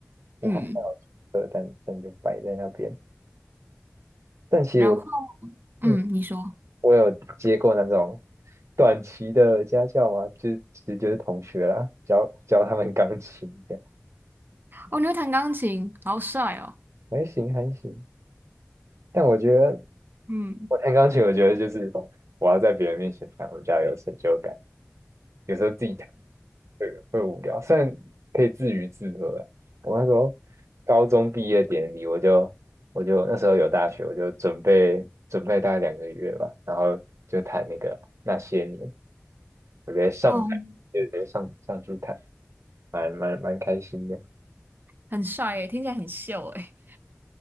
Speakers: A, on the right (about 70°); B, on the right (about 45°).
A: 不好
B: 嗯，
A: 喝，但但就摆在那边，但其实我。
B: 然后。
A: 嗯
B: 嗯，你说，
A: 我有接过那种短期的家教嘛，就其实就是同学啦，教教他们钢琴这样，
B: 哦，你会弹钢琴，好帅哦，
A: 还行还行。但我觉得
B: 嗯，
A: 我弹钢琴，我觉得就是我要在别人面前弹，我比较有成就感。有时候自己弹会会无聊，虽然可以自娱自乐啊我那时候高中毕业典礼，我就我就那时候有大学，我就准备准备大概两个月吧，然后就弹那个那些年，我直接上台，
B: 哦，
A: 就直接上上去弹。蛮蛮蛮开心的。
B: 很帅诶，听起来很秀诶。